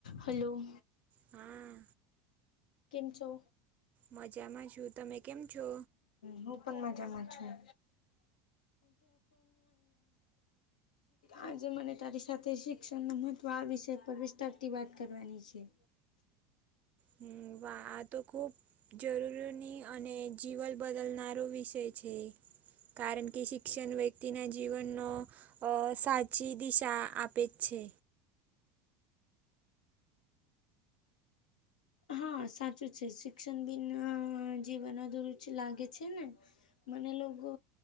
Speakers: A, on the left; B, on the right.
A: Hello.
B: હા.
A: કેમ છો?
B: મજામાં છું. તમે કેમ છો?
A: હું પણ માજા મા જ છું. આજે મને તારી સાથે શિક્ષણનું મહત્ત્વ આ વિષય પર વિસ્તારથી વાત કરવાની છે.
B: હમ વા તો ખૂબ જરૂરીની અને જીવન બદલનારો વિષય છે. કારણ કે શિક્ષણ વ્યક્તિના જીવનનો અ સાચી દિશા આપે છે.
A: હા સાચું છે શિક્ષણ બિન જીવન અધુરુચ લાગે છે ને મને લોકો